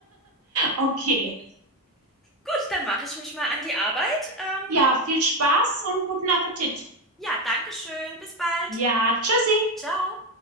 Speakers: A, on the right (about 75°); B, in the centre.
A: Okay.
B: Gut, dann mache ich mich mal an die Arbeit. Ähm,
A: Ja, viel Spaß und guten Appetit.
B: ja, danke schön. Bis bald.
A: Ja, tschüssi.
B: Ciao.